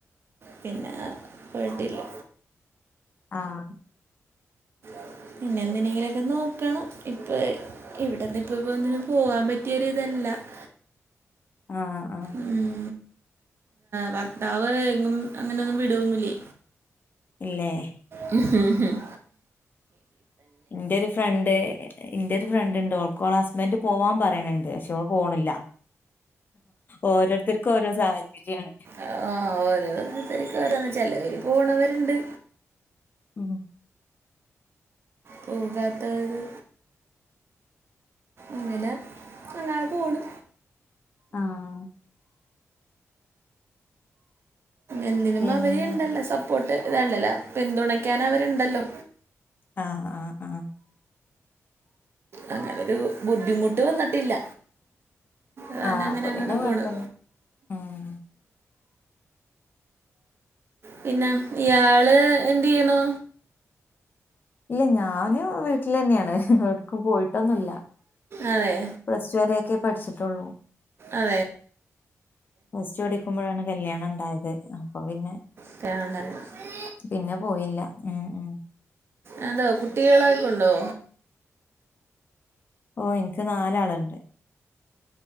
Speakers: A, on the right (about 50°); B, on the left (about 40°).
A: പിന്നെ പോയിട്ടില്ല
B: ആ
A: <inaudible> പിന്നെ എന്തിനെങ്കിലൊക്കെ നോക്കണം ഇപ്പെ ഇവിടെന്ന് ഇപ്പ പ്പൊന്നിനും പോകാൻ പറ്റിയൊരിതല്ല <inaudible>
B: ആ ആ
A: ഉം ഭർത്താവ് എങ്ങും അങ്ങനൊന്നും വിടൊന്നില്ലേ
B: ഇല്ലേ
A: ഹ് ഹും
B: ന്റോരു ഫ്രണ്ട് ഇന്റോരു ഫ്രണ്ട് ണ്ട് ഓക്കോളെ ഹസ്ബന്റ് പോവാൻ പറ പറയ്ണ് ണ്ട് പക്ഷെ ഓള് പോണ്ല്ല ഓരോരുത്തർക്കോരോ സാഹചര്യാണ്
A: ആ ആ <unintelligible> ചെലവര് പോണവര്ണ്ട്
B: ഉം
A: പോകാത്തവര് ഇങ്ങനെ അങ്ങനെ പോണ്
B: ആഹ്
A: എന്തിനും
B: പിന്നെ
A: അവര്ണ്ടല്ലോ സപ്പോർട്ട് ഇതാണ്ടല്ലോ പിന്തുണക്കാനവര്ണ്ടല്ലോ
B: ആ ആ ആ
A: അങ്ങനൊരു ബുദ്ധിമുട്ട് വന്നിട്ടില്ല ഞാനങ്ങനങ്ങോട്ട്
B: ആഹ് അപ്പൊ പിന്നെ
A: പോണ്
B: കൊഴപ്പല്ല ഉം
A: പിന്നെ ഇയാള് എന്തെയ്യ്ണു
B: ഇല്ല ഞാന് വീട്ട്ലെന്നെണ് ഏട്ക്കും പോയിട്ടൊന്നുല്ല
A: അതെ
B: പ്ലസ് ടു വരൊക്കെ പഠിച്ചിട്ടൊള്ളു
A: അതെ
B: പ്ല സ്ടു പടിക്കുമ്പളാണ് കല്യാണണ്ടായത് അപ്പൊ പിന്നെ
A: <unintelligible>
B: പിന്നെ പോയില്ല ഉം ഉം
A: എന്തോ കുട്ടികളൊക്കൊണ്ടോ
B: ഓ ഇൻക്ക് നാലാള്ണ്ട്